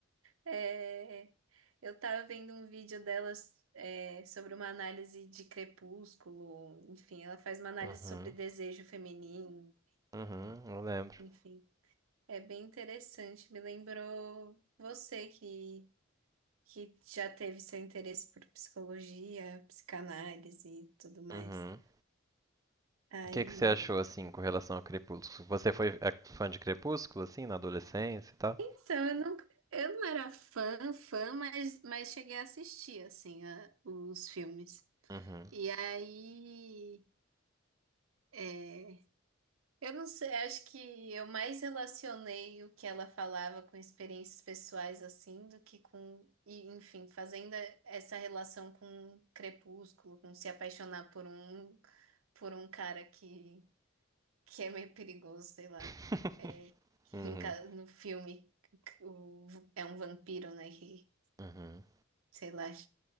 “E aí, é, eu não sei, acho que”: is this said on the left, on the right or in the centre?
Right